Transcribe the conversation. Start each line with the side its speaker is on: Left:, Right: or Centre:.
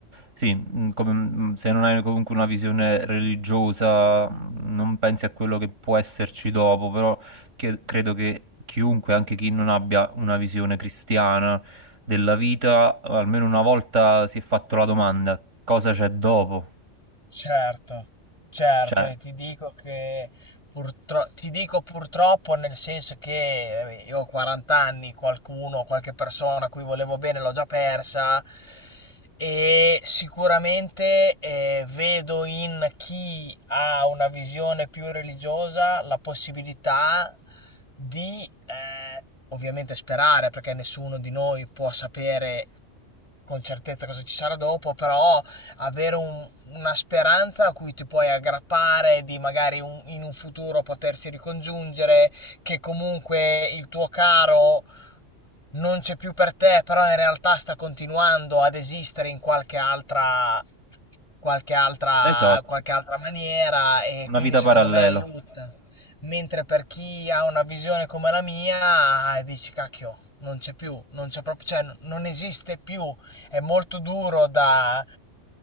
Right: Sì, mh, come- mh, se non hai comunque una visione religiosa, mh, non pensi a quello che può esserci dopo, però che- credo che chiunque, anche chi non abbia una visione cristiana della vita, almeno una volta si è fatto la domanda, cosa c'è dopo?
Left: Certo, certo,
Right: Cioè,
Left: e ti dico che purtro- ti dico purtroppo nel senso che eh, io ho 40 anni, qualcuno, qualche persona a cui volevo bene l'ho già persa e sicuramente eh, vedo in chi ha una visione più religiosa la possibilità di, eh, ovviamente sperare, perché nessuno di noi può sapere con certezza cosa ci sarà dopo, però avere un- una speranza a cui ti puoi aggrappare di magari un- in un futuro potersi ricongiungere, che comunque il tuo caro non c'è più per te, però in realtà sta continuando ad esistere in qualche altra, qualche altra,
Right: esatto.
Left: qualche altra maniera e
Right: Una
Left: quindi
Right: vita
Left: secondo
Right: parallela,
Left: me aiuta. Mentre per chi ha una visione come la mia, eh, dici cacchio, non c'è più, non c'è proprio, cioè, non esiste più. È molto duro da,